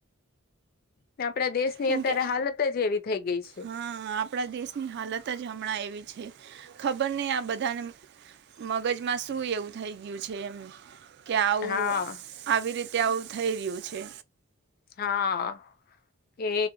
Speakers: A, on the left; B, on the right.
A: ને આપડા દેશ ની
B: કેમ
A: અત્યારે
B: કે
A: હાલત જ એવી થઈ ગઈ છે.
B: હા આપણા દેશની હાલત જ હમણાં એવી છે, ખબર નહીં આ બધાને મગજમાં શું એવું થઈ ગયું છે એમ. કે આવું
A: હા
B: આવી રીતે આવું થઈ રહ્યું છે.
A: હા. કે